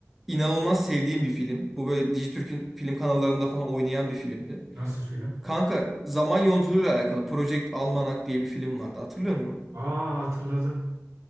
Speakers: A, in the centre; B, on the right.
A: inanılmaz sevdiğim bir film. Bu böyle Dijitürk'ün film kanallarında falan oynayan bir filmdi.
B: Nasıl film?
A: Kanka zaman yolculuğuyla alakalı Project Almanac diye bir film vardı. Hatırlıyor musun?
B: Aa hatırladım.